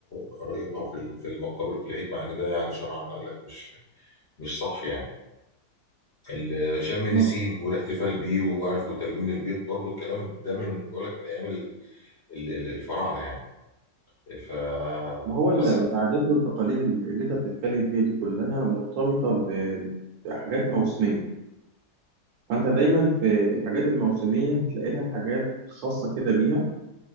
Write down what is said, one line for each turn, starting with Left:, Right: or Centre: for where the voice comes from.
Left: قرايبها في في المقابر في العيد مع إن ده يعني شرعا قال لك مش مش صح يعني ال- شم النسيم
Right: ما
Left: والاحتفال بيه وعارف وتلوين البيت برضو الكلام ده من بقول لك من أيام ال- ال- ال- الفراعنة يعني ف
Right: ما هو ال-
Left: بس
Right: العادات والتقاليد اللي اللي أنت بتتكلم فيها دي كلها مرتبطة ب- بحاجات موسمية فأنت دايما في الحاجات الموسمية هتلاقي لها حاجات خاصة كده بيها